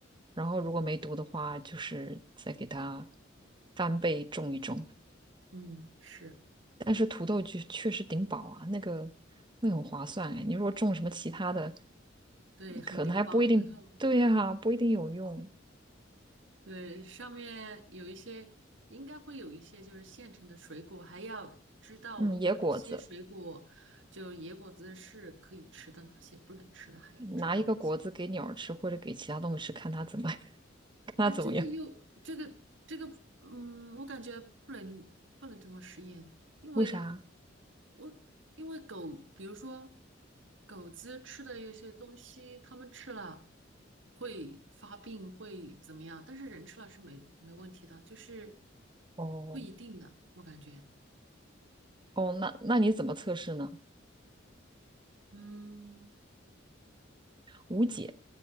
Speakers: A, on the right; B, on the right.
A: 然后如果没毒的话，就是再给它翻倍种一种。
B: 嗯，是，
A: 但是土豆确确实顶饱啊，那个那个很划算哎。你如果种什么其他的，
B: 对，很顶饱。
A: 可能还不一定，
B: 然后，
A: 对呀、不一定有用。
B: 对，上面有一些，应该会有一些就是现成的水果，还要知道哪一些水果，
A: 嗯，野果子，
B: 就野果子是可以吃的，哪些不能吃的，还要知道这些。
A: 拿一个果子给鸟儿吃，或者给其他动物吃，看它怎么 <laughs> 看它怎么样。
B: 哎，这个又这个这个，嗯，我感觉不能不能这么实验，因为
A: 为啥？
B: 我因为狗，比如说狗子吃的有些东西，它们吃了会发病，会怎么样？但是人吃了是没没问题的，就是
A: 哦
B: 不一定的，我感觉，
A: 哦，那那你怎么测试呢？
B: 嗯，
A: 无解。